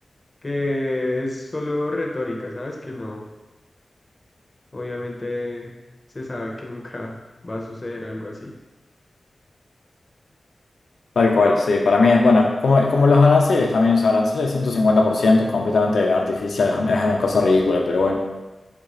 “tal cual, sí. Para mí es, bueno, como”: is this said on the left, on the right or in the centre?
Left